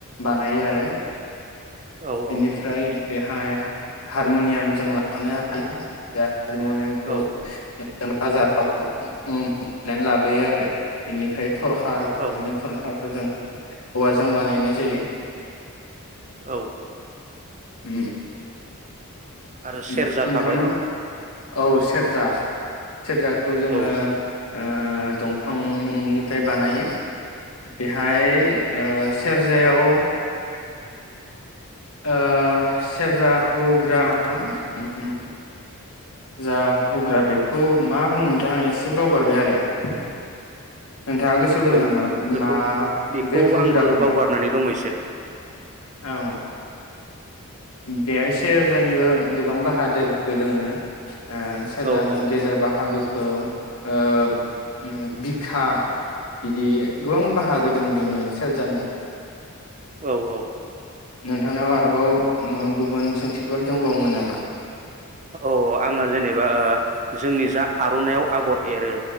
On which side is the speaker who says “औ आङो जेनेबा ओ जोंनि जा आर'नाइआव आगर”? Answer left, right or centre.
Right